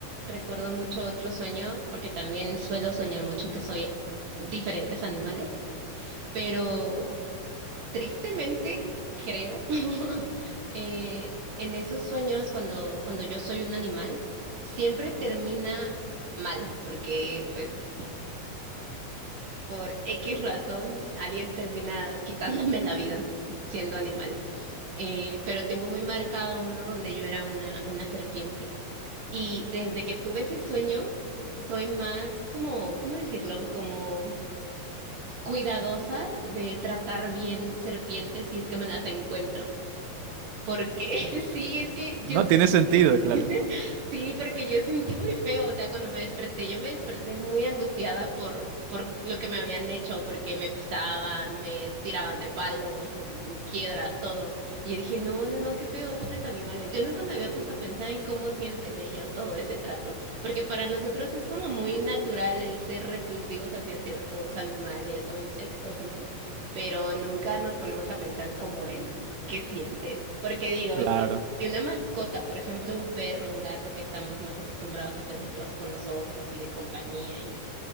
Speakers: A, on the right (about 55°); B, on the right (about 80°).
A: recuerdo mucho otro sueño, porque también suelo soñar mucho que soy diferentes animales, pero tristemente creo, <laughs> eh, en esos sueños cuando, cuando yo soy un animal, siempre termina mal, porque pues por X razón alguien termina quitándome la vida siendo animal eh, pero tengo muy marcado uno donde yo era una, una serpiente. Y desde que tuve ese sueño, soy más como, ¿cómo decirlo? Como cuidadosa de tratar bien serpientes si es que me las encuentro. Porque <laughs> sí, es que
B: No
A: yo
B: tiene
A: sentí,
B: sentido, claro.
A: <laughs> sí, porque yo sentí muy feo, o sea, cuando me desperté, yo me desperté muy angustiada por, por lo que me habían hecho, porque me pisaban, me tiraban de palos, mm, piedras, todo. Y yo dije, no, no, no, qué feo, pobres animales. Yo nunca me había puesto a pensar en cómo sienten ellos todo ese trato, porque para nosotros es como muy natural el ser repulsivos hacia ciertos animales o insectos, ¿no? pero nunca nos ponemos a pensar como en qué sienten. Porque digo,
B: Claro.
A: si, si una mascota, por ejemplo, un perro, un gato, que estamos más acostumbrados a tenerlos con nosotros y de compañía, y